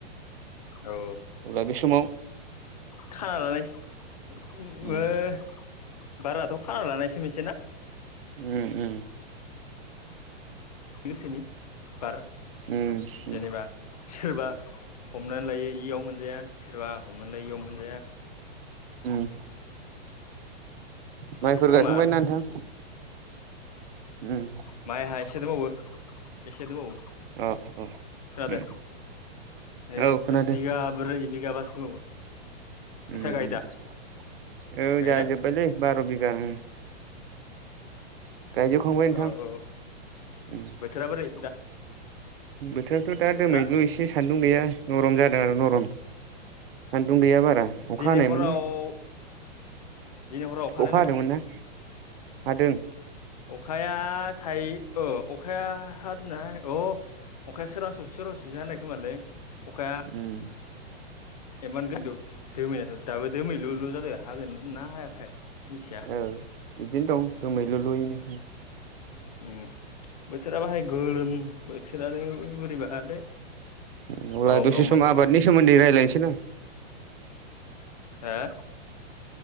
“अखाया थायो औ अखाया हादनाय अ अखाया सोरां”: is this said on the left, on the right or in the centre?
Left